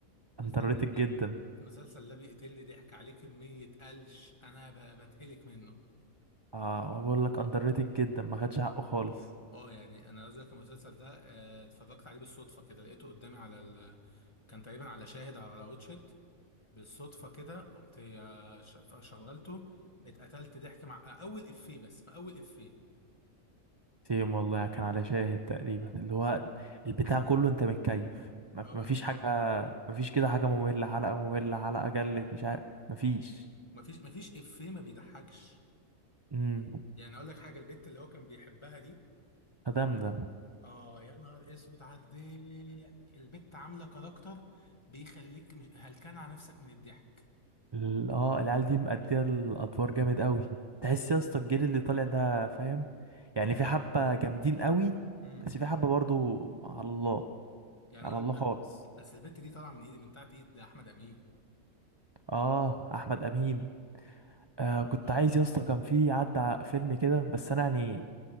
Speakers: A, on the right (about 40°); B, on the left (about 20°).
A: اندر
B: الفيلم
A: ريتد جدا
B: المسلسل ده بيقتلني ضحك عليه كميه قلش انا ب- بتهلك منه
A: اه ما بقول لك اندر ريتد جدا ما خدش حقه خالص
B: اه يعني انا عايز اقول لك المسلسل ده آه، اتفرجت عليه بالصدفه كده لقيته قدامي على ال... كان تقريبا على شاهد او على واتشت بالصدفه كده قمت آه، ش- شغلته اتقتلت ضحك مع آه، اول افيه بس ما اول افيه
A: سيم والله كان على شاهد تقريبا اللي هو البتاع كله انت متكيف ما
B: اه
A: ما
B: بامانه
A: فيش حاجة ما فيش كده حاجة مملة حلقة مملة حلقة جلت مش عارف ما فيش
B: مفيش مفيش افيه ما بيضحكش
A: امم
B: يعني اقول لك حاجه البت اللي هو كان بيحبها دي
A: فدمدم
B: اه يا نهار اسود على الضحك البت عامله كاركتر بيخليك مش- هلكان على نفسك من الضحك
A: ال- اه العيال دي مأدية الأدوار جامد قوي تحس يا اسطى الجيل اللي طالع ده فاهم يعني في حبة جامدين قوي
B: امم
A: بس في حبة برضو على الله
B: يعني
A: على
B: اقول
A: الله
B: لك أ-
A: خالص
B: اصل البت دي طالعه من ايد من تحت ايد ده احمد امين
A: اه أحمد أمين آه كنت
B: اه
A: عايز يا اسطى كان في عدى ع- فيلم كده بس أنا يعني